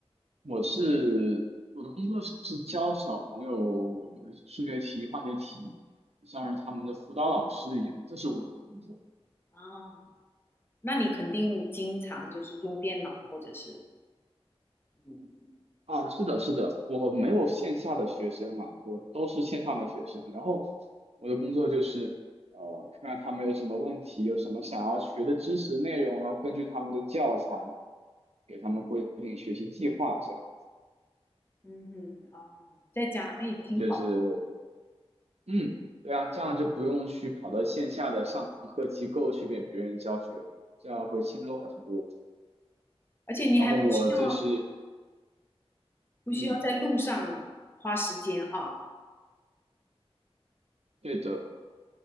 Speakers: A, on the right; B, on the left.
A: 我是我的工作是教小朋友呃数学题、化学题，像是他们的辅导老师一样，这是我的工作。
B: 哦，那你肯定经常就是用电脑或者是
A: 对的。
B: 嗯，对的，
A: 啊，是的，是的，我没有线下的学生啊，我都是线上的学生。然后我的工作就是，呃，看看他们有什么问题，有什么想要学的知识内容，然后根据他们的教材，给他们规定学习计划，这样
B: 嗯哼，哦，在家，哎，
A: 子，
B: 挺好，
A: 就是。嗯，对啊，这样就不用去跑到线下的上课机构去给别人教学了，这样会轻松很多。
B: 而且你还不需要
A: 然后我这是，
B: 不需要在路上花时间啊，
A: 嗯，对的，